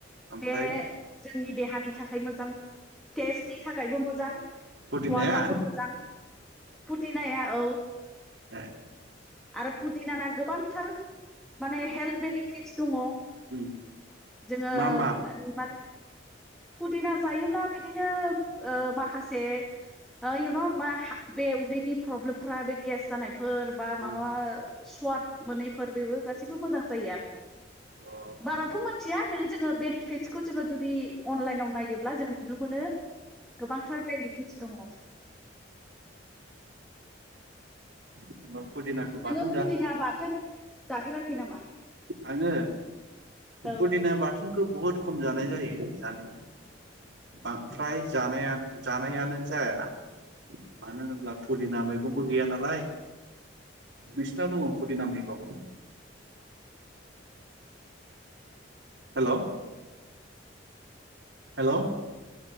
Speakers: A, on the right; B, in the centre.
A: ओमफाय।
B: बे जोंनि देहानि थाखाय मोजां टेस्टनि थाखायबो मोजां
A: पुदिनाया
B: सवादावबो मोजां। पुदिनाया औ
A: ओ
B: आरो पुदिनाना गोबांथार माने हेल्थ बेनिफिटस दंङ।
A: उम
B: जोङो
A: मा मा
B: <unintelligible> पुदिना जायोब्ला बिदिनो ओ माखासे ओ इउ न बे उदैनि प्रब्लेमफ्रा बे गेस जानायफोर बा
A: उम
B: माबा स्वाद मोनैफोर बेबो गासैबो मोजां जायो आरो।
A: उम
B: बाराथ' मोनथिया नो जोङो बेनिफिटसखौ जोङो जुदि अनलाइनाव नायोब्ला जों नुनो मोनो। गोबांथार बेनिफिटस दंङ।
A: होमबा पुदिनाखौ बाथोन
B: नोंङो फुदिना
A: जा
B: बाथोन जाफेराखै नामा?
A: आंङो
B: औ
A: पुदिना बाथोनखौ बुहुद खम जानाय जायो जानाय फ्राय जानायानो जानायानो जाया। मानो होनब्ला पुदिना मैगंबो गैया नालाय। नोंसिनाव दंङ पुदिना मैगं। Hello hello